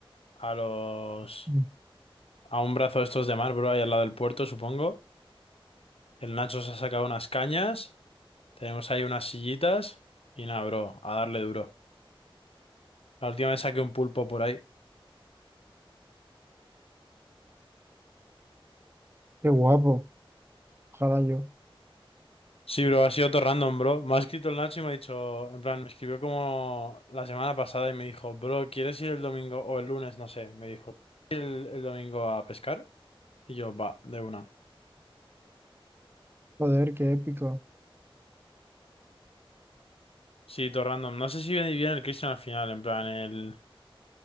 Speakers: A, on the left; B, on the right.
A: A los...
B: mm,
A: A un brazo de estos de mar, bro, ahí al lado del puerto, supongo. El Nacho se ha sacado unas cañas. Tenemos ahí unas sillitas. Y nada, bro, a darle duro. La última vez saqué un pulpo por ahí.
B: qué guapo. Ojalá yo.
A: Sí, bro, ha sido todo random, bro. Me ha escrito el Nacho y me ha dicho, en plan, me escribió como la semana pasada y me dijo, bro, ¿quieres ir el domingo o el lunes? No sé. Me dijo, ¿quieres ir el, el domingo a pescar? Y yo, va, de una.
B: Joder, qué épico.
A: Sí, todo random. No sé si viene bien el Cristian al final, en plan, el,